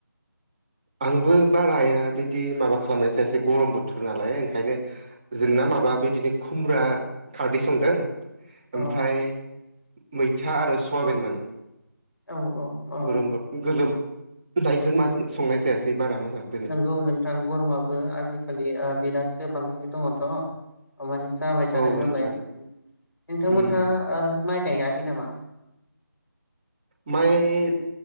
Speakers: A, on the right; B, on the left.
A: आंबो बाराया बिदि माबा खालामनाय जायासै गरम बोथोर नालाय ओंखायनो जोंना मा बा बिदिनो खुमब्रा खारदै संदों
B: अ
A: ओमफ्राय मैथा आरो सवाबिनमोन
B: औ औ औ
A: गोलोम गोलोमनायजों माजों संनाय जायासै बारा मोजां दिनै
B: नंगौ नोंथां गरमाबो आजिखालि बिराद गोबांयैनो दङथ' अमाने जाबाय थादों
A: औ
B: नालाय
A: नोंथां
B: नोंथांमोनहा
A: उम
B: ओ माइ गायाखै नामा?
A: माइ